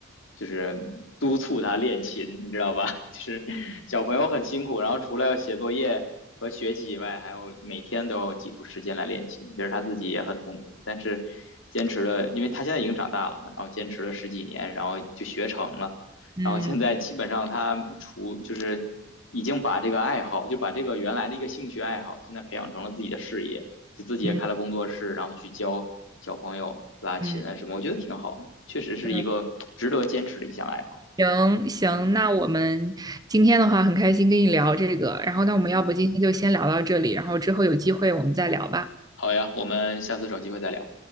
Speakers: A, on the left; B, on the right.
A: 就是督促他练琴，你知道吧？<laughs> 就是小朋友很辛苦，然后除了写作业和学习以外，还有每天都要挤出时间来练琴，其实他自己也很痛苦，但是坚持了，因为他现在已经长大了嘛，然后坚持了十几年，然后就学成了。
B: 嗯
A: 然后现在基本上他除就是已经把这个爱好，就把这个原来的一个兴趣爱好，现在培养成了自己的事业，就自己也开了工作室，
B: 嗯嗯
A: 然后去教小朋友拉琴啊什么，
B: 嗯，
A: 我觉得挺好，确实是一个值得坚持的一项爱好。
B: 对，行行。
A: 嗯
B: 那我们今天的话很开心跟你聊这个，然后那我们要不今天就先聊到这里，
A: 嗯，
B: 然后之后有机会我们再聊吧。
A: 好呀，我们下次找机会再聊。